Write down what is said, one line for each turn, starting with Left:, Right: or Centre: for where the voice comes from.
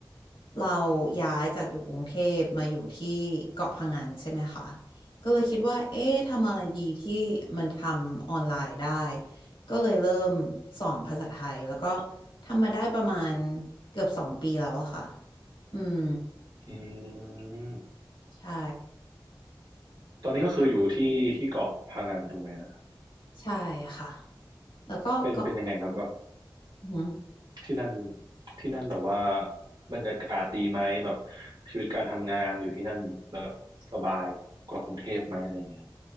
Left: เราย้ายจากอยู่กรุงเทพมาอยู่ที่เกาะพะงันใช่ไหมคะก็เลยคิดว่าเอ๊ะทำอะไรดีที่มันทำออนไลน์ได้ก็เลยเริ่มสอนภาษาไทยแล้วก็ทำมาได้ประมาณเกือบสองปีแล้วอะค่ะอืม
Right: อืม
Left: ใช่
Right: ตอนนี้ก็คืออยู่ที่ที่เกาะพะงันถูกไหมฮะ
Left: ใช่ค่ะแล้วก็ก่อน
Right: เป็นเป็นยังไงครับแบบ
Left: อือหือ
Right: ที่นั่นที่นั่นแบบว่าบรรยากาศดีไหมแบบชีวิตการทำงานอยู่ที่นั่นแบบสบายกว่ากรุงเทพไหมอะไรอย่างเงี้ย